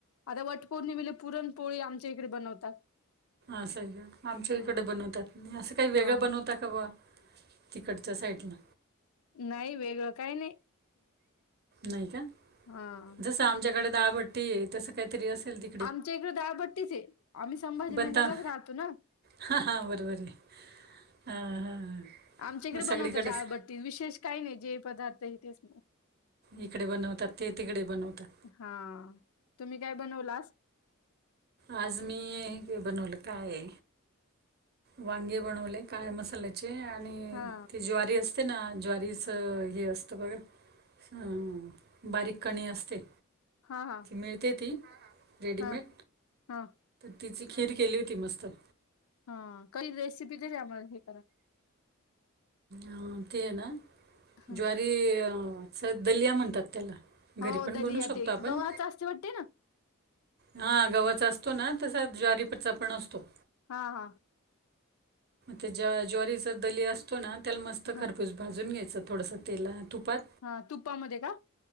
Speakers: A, on the left; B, on the right.
A: आता वटपौर्णिमेला पुरणपोळी आमच्या इकडे बनवतात.
B: असं आहे का आमच्या इकडे
A: ह
B: बनवतात. असं काही वेगळं
A: हा
B: बनवता का बा तिकडच्या साईडला.
A: नाही. वेगळं काही नाही.
B: नाही का?
A: हा,
B: जसं आमच्याकडे दाळभट्टी आहे. तसं काहीतरी असेल ती.
A: आमच्या इकडे दाळभट्टीच हे. आम्ही संभाजीनगरलाच
B: बनता
A: राहतो ना,
B: हां हां बरोबर आहे हां हां
A: आमच्या इकडे
B: मग
A: बनवता
B: सगळीकडेच
A: दाळबट्ट विशेष काही नाही जे पदार्थ आहे तेच
B: इकडे बनवतात. ते तिकडे बनवतात.
A: हा, तुम्ही काय बनवलास.
B: आज मी हे बनवलं काय वांगे बनवले काय मसाल्या चे आणि
A: हा
B: ते ज्वारी असते ना, ज्वारीच हे असतं बघा अ.., बारीक कणी असते.
A: हा हा,
B: मिळते ती रेडीमेड
A: हं हं,
B: तिची खीर केली होती मस्त मी.
A: हा, काही रेसिपी तरी आम्हाला हे करा.
B: अ ते आहे ना,
A: हा,
B: ज्वारी च दलिया म्हणतात त्याला. घरी
A: हो
B: पण
A: दलिया
B: बनवू शकतो
A: ते
B: आपण
A: गव्हाच असते वाटते ना,
B: हा गव्हाचा असतो ना, तसा ज्वारीपचा पण असतो.
A: हा हा,
B: त्याज्या ज्वारीचा दलिया असतो ना, त्याला मस्त
A: हा
B: खरपूस भाजून घ्यायचं थोडंसं तेला तुपात
A: हा तुपामध्ये का?